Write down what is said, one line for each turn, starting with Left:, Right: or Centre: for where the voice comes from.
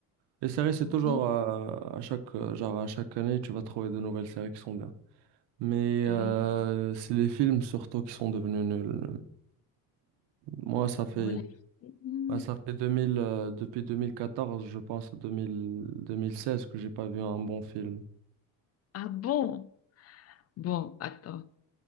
Right: les séries, c'est
Left: Bon,
Right: toujours euh, à chaque euh, genre à chaque année, tu vas trouver de nouvelles séries qui sont bien. Mais
Left: oui.
Right: euh, c'est les films surtout qui sont devenus nuls. Moi, ça fait
Left: Bon, les films.
Right: bah, ça fait 2000 euh, depuis 2014, je pense 2000 2016 que j'ai pas vu un bon film.
Left: Ah bon? Bon, attends.